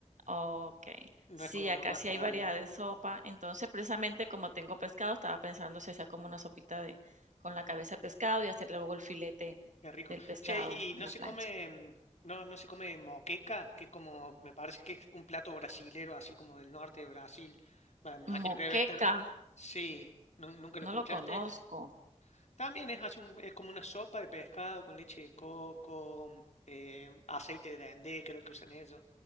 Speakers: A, on the right; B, on the left.
A: ok.
B: No
A: Sí,
B: es como
A: acá
B: lo más
A: sí
B: común.
A: hay variedad de sopa. Entonces, precisamente como tengo pescado, estaba pensando si hacía como una sopita de con la cabeza de pescado y hacer luego el filete
B: Qué rico.
A: del pescado
B: Che, y no
A: en la
B: se
A: plancha.
B: come, mm, no, no se come moqueca, que es como, me parece que es un plato brasilero, así como del norte de Brasil. Va, me imagino
A: Moqueca,
B: que debe estar. Sí, ¿nun- ¿nunca lo
A: no
B: escuchaste?
A: lo conozco.
B: También es, hace un- es como una sopa de pescado con leche de coco, mm, eh, aceite de dendé, creo que usan ellos.